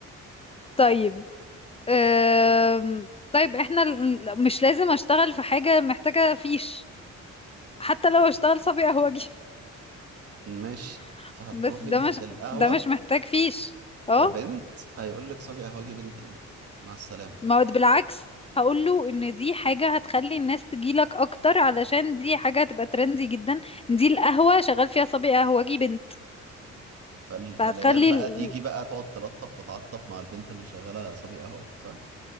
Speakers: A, on the left; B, on the right.
A: طيب أم، طيب احنا ال- ال- مش لازم اشتغل في حاجة محتاجة فيش حتى لو اشتغل صبي قهوجي
B: ماشي
A: <laughs>
B: فهتروحي
A: بس ده
B: للقهوه
A: مش ده مش محتاج فيش اه
B: كبنت هيقول لك صبي قهوجي بنت ايه مع السلامه
A: ما هو بالعكس هقول له ان دي حاجة هتخلي الناس تجيلك اكتر علشان دي حاجة هتبقى ترندي جدا إن دي القهوة شغال فيها صبي قهوجي بنت
B: فال... فالعيال
A: فهتخلي
B: بقى
A: ال...
B: تيجي بقى تقعد تلطف وتعطف مع البنت اللي شغاله صبي قهوجي صح؟